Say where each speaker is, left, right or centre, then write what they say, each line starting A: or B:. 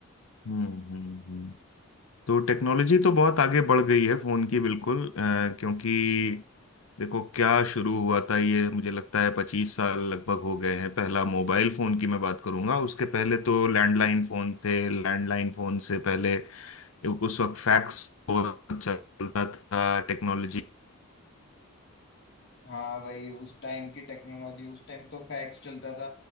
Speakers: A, on the left (about 70°); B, on the left (about 50°).
A: हम्म हम्म हम्म। तो टेक्नोलॉजी तो बहुत आगे बढ़ गई है फोन की बिल्कुल अ, क्योंकि देखो क्या शुरू हुआ था ये मुझे लगता है पच्चीस साल लगभग हो गए हैं पहला मोबाइल फोन की मैं बात करूंगा उसके पहले तो लैंडलाइन फोन थे लैंडलाइन फोन से पहले उस वक्त फैक्स बहुत चलता था टेक्नोलॉजी
B: हाँ भाई उस टाइम की टेक्नोलॉजी उस टाइम तो फैक्स चलता था